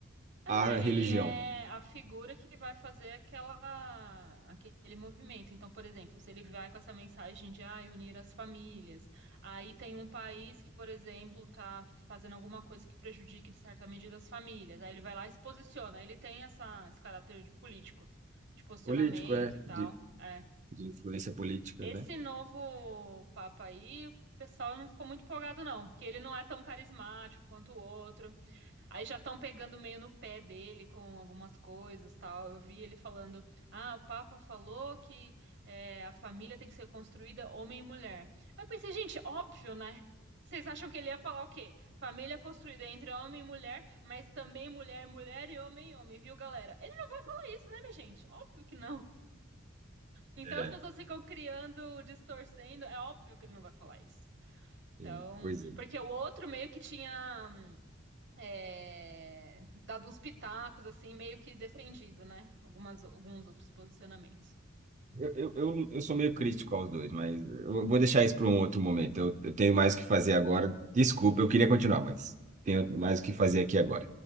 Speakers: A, on the right; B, on the right.
A: É,
B: a religião.
A: ele é a figura que vai fazer aquela, aquele movimento. Então, por exemplo, se ele vai com essa mensagem de ah, unir as famílias, aí tem um país que, por exemplo, está fazendo alguma coisa que prejudique, de certa medida, as famílias. Aí ele vai lá e se posiciona. Ele tem essa, esse caráter de político, de posicionamento
B: Político é
A: e tal.
B: de,
A: É.
B: de influência política,
A: Esse
B: né?
A: novo Papa aí, o pessoal não ficou muito empolgado, não, porque ele não é tão carismático quanto o outro. Aí já estão pegando meio no pé dele com algumas coisas, tal. Eu vi ele falando: "Ah, o Papa falou que é, a família tem que ser construída homem e mulher". Eu pensei, gente, óbvio, né? Vocês acham que ele ia falar o quê? Família construída entre homem e mulher, mas também mulher e mulher e homem e homem, viu, galera? Ele não vai falar isso, né, minha gente? Óbvio que não. Então
B: É,
A: as pessoas ficam criando, distorcendo. É óbvio que ele não vai falar isso.
B: é,
A: Então,
B: pois é.
A: porque o outro meio que tinha é, dado uns pitacos, assim, meio que defendido, né? Algumas, alguns outros posicionamentos.
B: Eu, eu, eu eu sou meio crítico aos dois, mas eu vou deixar isso para um outro momento. Eu, eu tenho mais o que fazer agora. Desculpa, eu queria continuar, mas tenho mais o que fazer aqui agora.